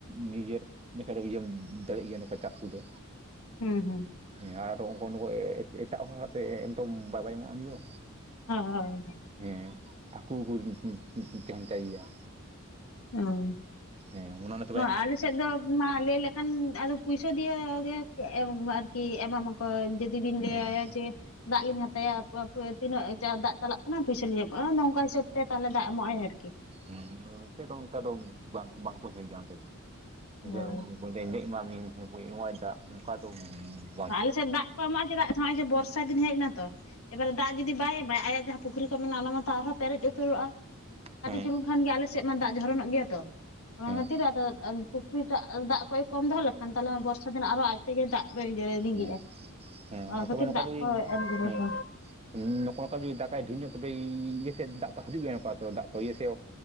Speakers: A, on the right; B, on the left.
A: ᱱᱤᱡᱮᱨ ᱤᱱᱟᱹ ᱠᱷᱟᱡ ᱫᱚ ᱤᱭᱟ. ᱢ ᱫᱟᱲᱤᱭᱟᱜ ᱜᱮᱭᱟ ᱱᱚᱝᱠᱟ ᱪᱟᱥ ᱠᱩᱫᱚ᱾
B: ᱦᱩᱸ ᱦᱩᱸ
A: ᱦᱮᱸ ᱟᱫᱚ ᱚᱱᱠᱟᱱ ᱚᱠᱚᱭ ᱮ ᱮᱴᱟᱜ ᱦᱚᱲᱟᱜ ᱛᱮ ᱮᱢ ᱛᱚ ᱵᱟᱭ ᱮᱢᱚᱜᱼᱟ ᱩᱱᱤ ᱫᱚ᱾
B: ᱦᱚ ᱦᱚᱭ
A: ᱦᱮᱸ ᱦᱟᱹᱠᱩ ᱠᱚᱦᱚᱸ ᱠᱚ ᱛᱮᱦᱮᱱ ᱛᱟᱭ ᱜᱮᱭᱟ
B: ᱚᱸ
A: ᱦᱮᱸ ᱚᱱᱟ ᱱᱟᱜ
B: ᱱᱚᱣᱟ ᱟᱞ ᱥᱮᱫ ᱫᱚ ᱢᱟ ᱞᱟᱹᱭ ᱞᱮ ᱠᱷᱟᱱ ᱟᱫᱚ ᱯᱩᱭᱥᱟᱹ ᱫᱤᱭᱟ. ᱜᱮ ᱟᱨᱠᱤ ᱮᱢᱟᱢ ᱟᱨᱠᱤ ᱮᱢᱟᱢᱟᱠᱚ ᱡᱮᱫ ᱡᱩᱫᱤᱵᱤᱱ ᱞᱟᱹᱭᱟᱭᱟ
A: ᱦᱮᱸ
B: ᱡᱮ ᱫᱟᱜ ᱞᱤᱧ ᱦᱟᱛᱟᱭᱟ ᱛᱤᱱᱟᱹᱜ ᱫᱟᱜ ᱪᱟᱞᱟᱜ ᱠᱟᱱᱟ ᱯᱩᱭᱥᱟᱹ ᱞᱤᱧ - ᱚᱭ ᱱᱚᱝᱠᱟ ᱦᱤᱥᱟᱹᱵ ᱛᱮ ᱛᱟᱦᱚᱞᱮ ᱫᱟᱜ ᱮᱢᱚᱜᱼᱟᱭ ᱟᱨᱠᱤ᱾
A: ᱦᱩᱸ ᱱᱚᱛᱮ ᱫᱚ ᱚᱱᱠᱟ ᱫᱚ ᱵᱟᱝ ᱵᱟᱝᱠᱩ ᱦᱮᱸ ᱜᱮᱭᱟ ᱚᱱᱛᱮ ᱫᱚ
B: ᱦᱮᱸ
A: ᱡᱮ <unintelligible> ᱵᱟ. ᱭ ᱮᱢᱟᱭᱟ ᱫᱟᱜ ᱱᱚᱝᱠᱟ ᱫᱚ ᱵᱟ
B: ᱟ ᱟᱞᱮᱥᱮᱫ ᱫᱟᱜ ᱠᱚ ᱮᱢᱟᱜᱼᱟ ᱪᱮᱫᱟᱜ ᱱᱚᱜᱼᱚᱭ ᱡᱮ ᱵᱚᱨᱥᱟ ᱫᱤᱱ ᱦᱮᱸᱜ ᱮᱱᱟ ᱛᱚ ᱮᱵᱟᱨᱮ ᱫᱟᱜ ᱡᱩᱫᱤ ᱵᱟᱭ ᱮᱢᱟᱭ ᱟᱭᱟᱜ ᱡᱟᱦᱟᱸ ᱯᱩᱠᱷᱤᱨᱤ ᱠᱚ ᱢᱮᱱᱟᱜᱼᱟ ᱚᱱᱟ ᱢᱟᱛᱚ ᱟᱨᱦᱚᱸ ᱯᱮᱨᱮᱡ ᱩᱛᱟᱹᱨᱚᱜᱼᱟ ᱠᱟᱴᱤᱡ
A: ᱦᱮᱸ
B: ᱪᱩᱞᱩᱝ ᱠᱷᱟᱱ ᱜᱮ ᱟᱞᱮ ᱥᱮᱜ ᱢᱟ ᱫᱟᱜ ᱡᱷᱚᱨᱚᱱᱚᱜ ᱜᱮᱭᱟ ᱛᱚ ᱚᱱᱟ
A: ᱦᱮᱸ
B: ᱠᱷᱟᱹᱛᱤᱨ ᱟᱫᱚ ᱟ ᱯᱩᱠᱷᱤᱨᱤ ᱴᱟᱜ ᱫᱟᱜ ᱠᱚ ᱠᱚᱢ ᱫᱚᱦᱚ ᱞᱮᱠᱷᱟᱱ ᱛᱟᱞᱮ ᱚᱸᱭ ᱵᱚᱨᱥᱟ ᱫᱤᱱ ᱟᱨᱚ ᱦᱚᱸ ᱟᱡ ᱛᱮᱜᱮ ᱫᱟᱜ ᱞᱤᱸᱜᱤᱜᱼᱟ
A: ᱦᱮᱸ ᱦᱮᱸ
B: ᱚᱱᱟ
A: ᱟᱨ
B: ᱠᱷᱟᱹᱛᱤᱨ
A: ᱛᱚᱵᱮ ᱱᱚᱝᱠᱟ
B: ᱫᱟᱜ
A: ᱡᱩᱫᱤ
B: ᱠᱚ ᱮᱢ ᱠᱮᱫᱟ
A: ᱦᱮᱸ
B: ᱠᱚ
A: ᱦᱩ ᱱᱚᱠᱟ ᱱᱚᱠᱟ ᱫᱟᱜᱟᱭ ᱰᱷᱤᱨ ᱧᱚᱜ ᱛᱚᱵᱮ ᱤᱭᱟᱹ ᱥᱮᱫ ᱫᱟᱜ ᱛᱚ ᱦᱟᱡᱤᱜ ᱜᱮᱭᱟ ᱛᱚ ᱱᱚᱠᱟ ᱫᱟᱜ ᱤᱭᱟᱹ ᱥᱮᱜ